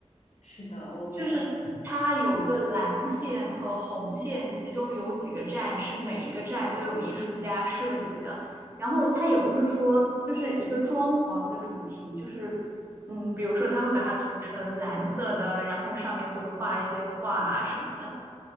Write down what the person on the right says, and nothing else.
就是它有个蓝线和红线，
其中有几个站是每一个站都有艺术家设计的。然后它也不是说就是一个装潢的主题，
就是嗯，比如说它会把它涂成蓝色的，然后上面会画一些画啊什么的。